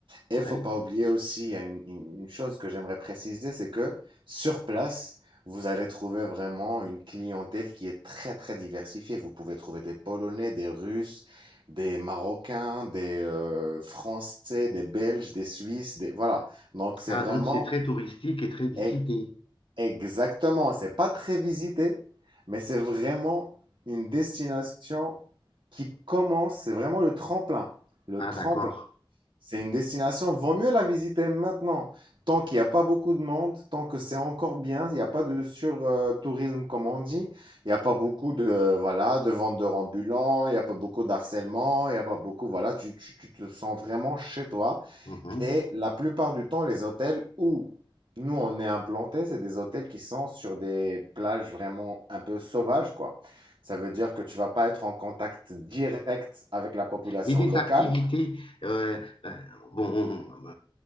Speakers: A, on the right (about 70°); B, on the left (about 85°).
A: Et
B: Ouais.
A: faut pas oublier aussi, il y a une, une- une chose que j'aimerais préciser, c'est que sur place, vous allez trouver vraiment une clientèle qui est très, très diversifiée. Vous pouvez trouver des Polonais, des Russes, des Marocains, des euh, Français, des Belges, des Suisses, des... Voilà. Donc c'est
B: Ah,
A: vraiment
B: donc c'est très touristique et très visité.
A: e- exactement, c'est pas très visité, mais c'est vraiment une destination qui commence, c'est vraiment le tremplin, le
B: Ah,
A: tremplin.
B: d'accord.
A: C'est une destination, vaut mieux la visiter maintenant. Tant qu'il n'y a pas beaucoup de monde, tant que c'est encore bien, il n'y a pas de sur-tourisme comme on dit, il n'y a pas beaucoup de, euh, voilà, de vendeurs ambulants, il n'y a pas beaucoup d'harcèlement, il n'y a pas beaucoup, voilà, tu, tu- tu te sens vraiment chez toi.
B: Mhm.
A: Et la plupart du temps, les hôtels où nous on est implantés, c'est des hôtels qui sont sur des plages vraiment un peu sauvages, quoi. Ça veut dire que tu vas pas être en contact direct avec la population
B: Et des
A: locale.
B: activités, euh, euh, bon, on- on-